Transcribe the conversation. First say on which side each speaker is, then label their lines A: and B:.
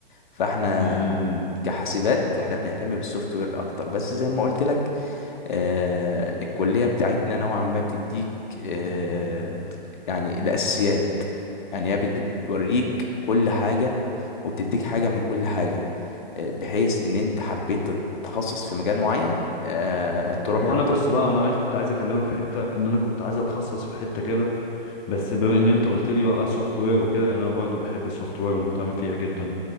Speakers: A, on the left (about 55°); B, on the left (about 30°).
A: فاحنا
B: امم
A: كحاسبات احنا بنهتم بالسوفت وير اكتر بس زي ما قلت لك آه، الكلية بتاعتنا نوعا ما بتديك آه، يعني الأساسيات يعني هي بت- بتوريك كل حاجة وبتديك حاجة من كل حاجة آه، بحيث إن أنت حبيت تتخصص في مجال معين آه، تروح
B: وانا
A: له تقدر
B: بص بقى انا عايز كنت عايز اكلمك في حته ان انا كنت عايز اتخصص في حته كده بس بما ان انت قلت لي بقى السوفت وير وكده انا برضو بحب السوفت وير ومهتم فيها جدا